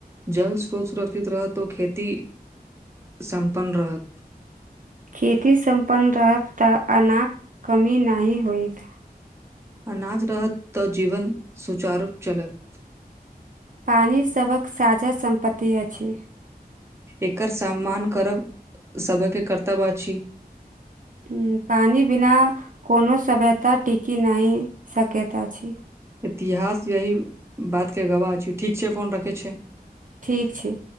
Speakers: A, on the right; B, on the right.
A: जल स्रोत सुरक्षित रहत त ओ खेती सम्पन्न रहत
B: खेती संपन्न रहतऽ अनाज कमी नहि होइतऽ
A: अनाज रहत तऽ जीवन सुचारू चल तऽ
B: पानी सभक साझा सम्पत्ति अछि
A: एकर सम्मान करब <inaudible> सबकेँ कर्तव्य अछि
B: हु पानि बिना कोनो सभ्यता टिकी नहि सकता अछि
A: इतिहास यही बातकेँ गवाह छै ठीक छै फोन रखै छै
B: ठीक छै